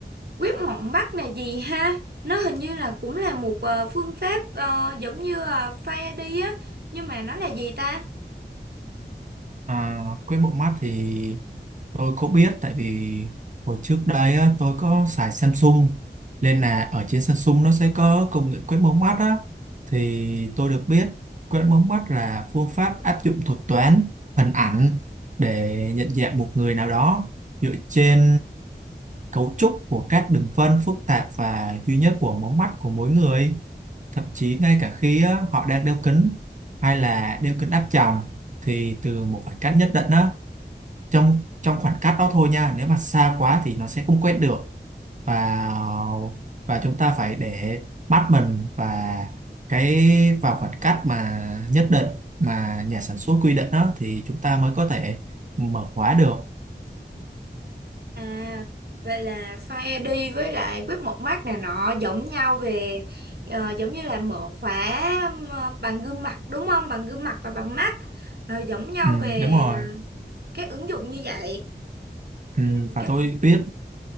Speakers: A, on the right; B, on the right.
A: quét mống mắt là gì ha nó hình như là cũng là một ờ, phương pháp ờ, giống như uh, face ID á nhưng mà nó là gì ta
B: à, quét một mắt thì Tôi cũng biết tại vì hồi trước đây á, tôi có xài Samsung nên là ở trên Samsung nó sẽ có công nghệ quét mống mắt á thì tôi được biết quét mống mắt là phương pháp áp dụng thuật toán hình ảnh để nhận dạng một người nào đó dựa trên cấu trúc của các đường vân phức tạp và duy nhất của mống mắt của mỗi người thậm chí ngay cả khi á, họ đang đeo kính hay là đeo kính áp tròng thì từ một khoảng cách nhất định á trong trong khoảng cách đó thôi nha nếu mà xa quá thì nó sẽ không quét được và và chúng ta phải để mắt mình và cái vào khoảng cách mà nhất định mà nhà sản xuất quy định đó thì chúng ta mới có thể mở khóa được
A: À, vậy là Fire ai đi với lại web một mắt này nọ giống nhau về ờ, giống như là mở khóa ờ, bằng gương mặt đúng không? Bằng gương mặt và bằng mắt. Rồi giống nhau
B: ừ,
A: về
B: đúng rồi
A: các ứng dụng như vậy.
B: ừ,
A: Ừ,
B: và
A: các
B: tôi biết